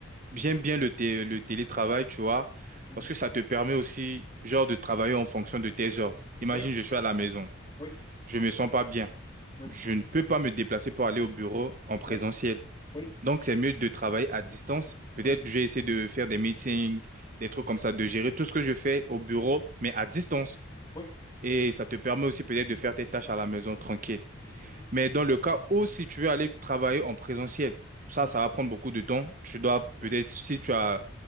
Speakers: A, on the left; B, on the right.
A: Mhm,
B: j'aime bien le, té- le télétravail, tu vois,
A: mhm.
B: parce que ça te permet aussi, genre, de travailler en fonction de tes heures. Imagine,
A: Oui,
B: je suis à la maison.
A: oui,
B: Je me sens pas bien.
A: oui,
B: Je ne peux pas me déplacer pour aller au bureau en présentiel.
A: oui, oui,
B: Donc, c'est mieux de travailler à distance. Peut-être
A: oui,
B: je vais essayer de faire des meetings, des trucs comme ça, de gérer tout ce que je fais au bureau, mais à distance.
A: oui.
B: Et ça te permet aussi peut-être de faire tes tâches à la maison tranquille.
A: Ok.
B: Mais dans le cas où si tu veux aller travailler en présentiel, ça,
A: Mm.
B: ça va prendre beaucoup de temps. Tu dois peut-être, si tu as